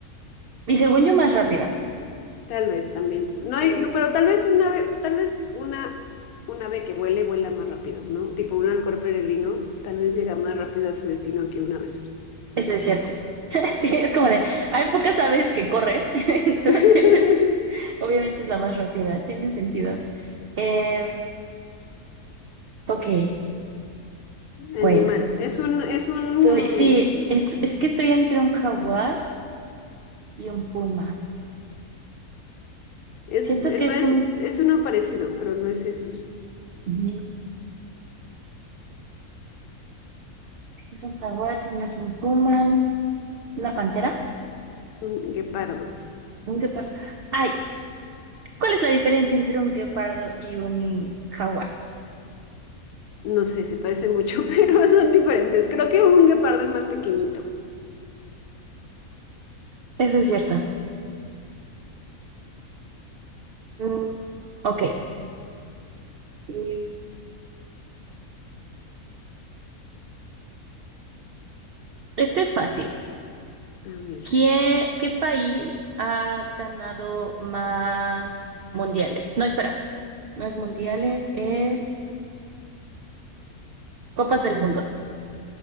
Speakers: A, on the right (about 80°); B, on the left (about 75°).
A: Y según yo, más rápida.
B: Tal vez también. No hay,
A: Eh,
B: no, pero tal vez una ave, tal vez una, una ave que vuele, vuela más rápido, ¿no? Tipo un halcón peregrino, tal vez llega más rápido a su destino que una ave.
A: eso es cierto. <laughs> Sí, es como de, hay pocas aves que corren, <laughs> entonces
B: <laughs>
A: obviamente es la más rápida, tiene sentido. Eh, ok,
B: Animal.
A: bueno.
B: Es un, es un,
A: Estoy, sí, es, es que estoy entre un jaguar y un puma.
B: es,
A: Siento que
B: no
A: es
B: es,
A: un,
B: es uno parecido, pero no es eso.
A: mm, es un jaguar, si no es un puma, una pantera,
B: Es un guepardo.
A: un guepardo. Ay, ¿cuál es la diferencia entre un guepardo y un jaguar?
B: No sé, se parecen mucho, <laughs> pero son diferentes. Creo que un guepardo es más pequeñito.
A: Eso es cierto. Mm, Ok. Mm, Este es fácil.
B: A ver.
A: ¿Qué, qué país ha ganado más mundiales? No, espera. No es mundiales, es Copas del Mundo.